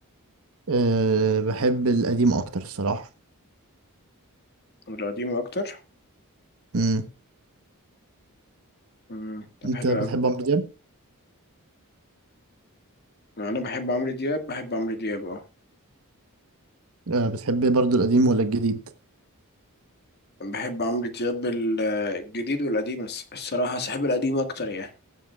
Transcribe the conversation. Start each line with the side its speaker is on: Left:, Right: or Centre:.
Right: أه بحب القديم أكتر الصراحة
Left: القديمة أكتر؟
Right: امم
Left: مم. طب
Right: أنت
Left: حلو
Right: بتحب
Left: أوي
Right: عمرو دياب؟
Left: أنا بحب عمرو دياب بحب عمرو دياب أه
Right: أه بتحب برضو القديم ولا الجديد؟
Left: بحب عمرو دياب ال- آه، الجديد والقديم الس- الصراحة صاحب القديم أكتر يعني